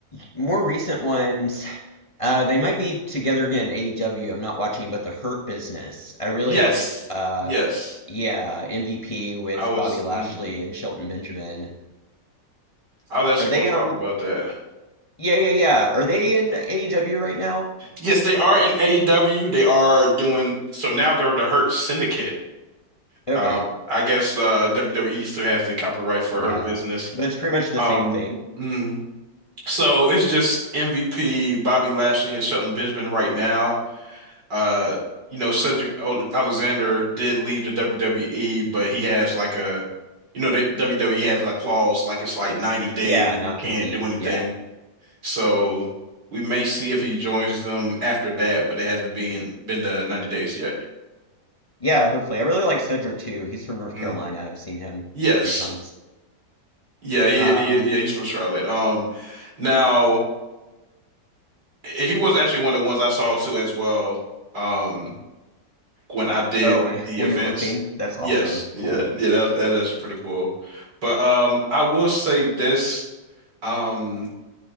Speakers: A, on the left (about 20°); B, on the right (about 65°).
A: more recent ones. Uh, they might be together again in AEW. I'm not watching, but the Hurt Business. I really
B: Yes.
A: liked, uh,
B: Yes.
A: yeah, MVP with
B: I was
A: Bobby Lashley
B: mhm.
A: and Shelton Benjamin.
B: I was actually
A: Are they,
B: going to
A: um,
B: talk about that.
A: yeah, yeah, yeah. Are they in AEW right now?
B: Yes, they are in AEW. They are doing so now they're the Hurt Syndicate.
A: Okay.
B: Um I guess uh WWE still has the copyright for
A: Yeah.
B: Hurt Business.
A: But it's pretty much the
B: Um
A: same thing.
B: mm. So it's just MVP, Bobby Lashley and Shelton Benjamin right now. Uh you know Cedric O- Alexander did leave the WWE, but he has like a you know the WWE has like clause like it's like 90 days
A: Yeah,
B: where
A: non-compete.
B: you can't do anything.
A: Yeah.
B: So we may see if he joins them after that, but it hasn't been been the 90 days yet.
A: Yeah, hopefully. I really like Cedric too. He's from North
B: Mm.
A: Carolina. I've seen him
B: Yes.
A: a few times.
B: Yeah, he,
A: Um,
B: he yeah, he's from Charlotte. Um now he was actually one of the ones I saw too as well. Um when I did
A: oh, when,
B: the
A: when
B: events.
A: you're working, that's
B: Yes.
A: awesome.
B: Yeah.
A: Cool.
B: Yeah, that's that's actually pretty cool. But um I will say this. Um